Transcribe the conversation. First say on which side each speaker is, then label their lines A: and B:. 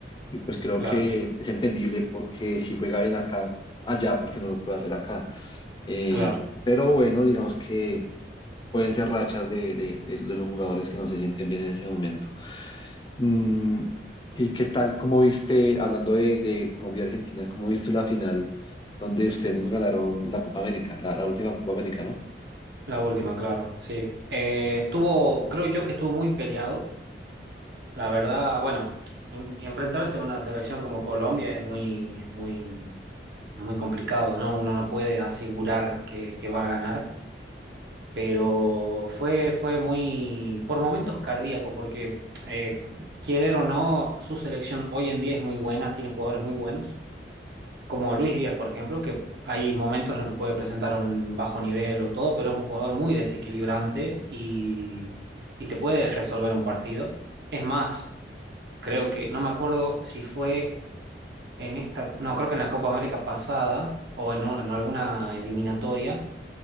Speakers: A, on the left; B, on the right.
A: Y pues creo
B: claro,
A: que es entendible porque si juega bien acá, allá, porque no lo puede hacer acá. Eh,
B: claro.
A: pero bueno, digamos que pueden ser rachas de, de- de- de los jugadores que no se sienten bien en ese momento. Mm, ¿y qué tal? ¿Cómo viste, hablando de, de Colombia y Argentina, cómo viste la final donde ustedes nos ganaron la Copa América, la, la última Copa América, ¿no?
B: La última, claro, sí. Eh, estuvo, creo yo que estuvo muy peleado La verdad, bueno, un- enfrentarse a una selección como Colombia es muy, es muy, muy complicado, ¿no? Uno no puede asegurar que, que va a ganar, pero fue, fue muy, por momentos cardíaco, porque eh, querer o no, su selección hoy en día es muy buena, tiene jugadores muy buenos, como Luis Díaz, por ejemplo, que hay momentos en los que puede presentar un bajo nivel o todo, pero es un jugador muy desequilibrante y, y te puede resolver un partido. Es más creo que, no me acuerdo si fue en esta, no, creo que en la Copa América pasada o en, un- en alguna eliminatoria,